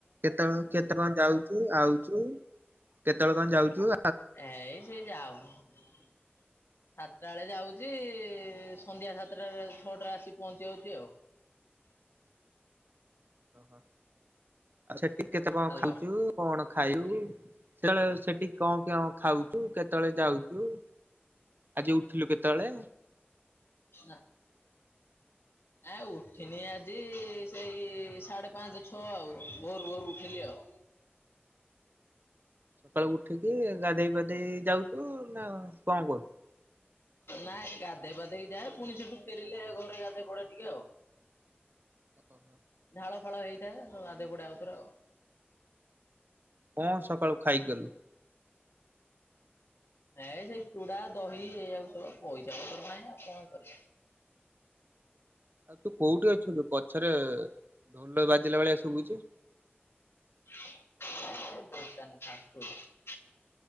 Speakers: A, on the right; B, on the left.
A: କେତେବେଳେ କେତେ କଣ ଯାଉଚୁ ଆଉଚୁ କେତେବେଳେ କଣ ଯାଉଚୁ?
B: ଏଇ ସେ ଯା ହଉ ସାତଟା ବେଳେ ଯାଉ ଚି। ସନ୍ଧ୍ୟା ସାତଟାରେ ଛଅଟାରେ ଆସିିକି ପହଞ୍ଚିଯାଉଚି ଆଉ।
A: ଓହୋ ଆ ସେଠି କେତେ କଣ
B: ହାଲୋ
A: ଖାଉଚୁ। କଣ ଖାଇଉ? ସେତେବେଳେ ସେଠି କଣ କଣ ଖାଉଚୁ କେତେବେଳେ ଯାଉଚୁ? ଆଜି ଉଠିଲୁ କେତେବେଳେ?
B: ନା। ଆ ଉଠିନି ଆଜି ସେଇ ସାଢ଼େ ପାଞ୍ଚ ଛଅ ଆଉ ଭୋରୁ ଭୋରୁ ଉଠିଲି ଆଉ
A: ସକାଳୁ ଉଠିକି ଗାଧେଇ ପାଧେଇ ଯାଉଛୁ ନା କଣ କରୁଛୁ?
B: ନାଁ ଗାଧୋଇ ପାଧେଇକି ଯାଏ ପୁଣି ସେଠୁ ଫେରିଲେ ଘରେ ଗାଧୋଇ ପଡେ ଟିକେ ଆଉ
A: ଓ ହୋ।
B: ଝାଳ ଫାଳ ହୋଇଥାଏ ଗାଧେଇପଡେ ଆଉଥରେ ଆଉ
A: କଣ ସଖାଳୁ ଖାଇଥିଲୁ?
B: ନାଇଁ ସେଇ ଚୁଡ଼ା ଦହି ଏଇଆକୁ ସବୁ ପଇସା ପତ୍ର ନାହିଁ ଆଉ କଣ କରିବା
A: ଆଉ ତୁ କୋଉଠି ଅଛୁ ତୁ ପଛରେ ଢୋଲ ବାଜିଲା ଭଳିଆ ଶୁଭୁଚି।
B: ବ ା